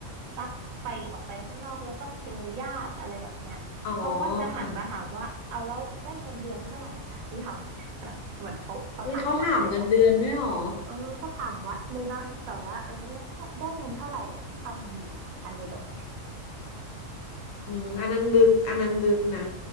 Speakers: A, on the right; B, on the left.
A: ตั๊กไปออกไปข้างนอกแล้วต้องเจอญาติอะไรแบบเนี้ยเขาก็จะหันมาถามว่าเอาแล้วได้เงินเดือนเท่าไหร่ล่ะที่ทำ
B: อ๋อค่ะ
A: <laughs> เหมือนเขาเขาถามวัดเลยเนาะ
B: เฮ้ยเขาถามเงินเดือนด้วยเหรอ
A: เออเขาถามวัดเลยเนาะแต่ว่าเออแล้วได้ได้เงินเท่าไหร่แล้วที่ทำอยู่นะอะไรแบบเนี้ย
B: อืมอันนั้นลึกอันนั้นลึกนะ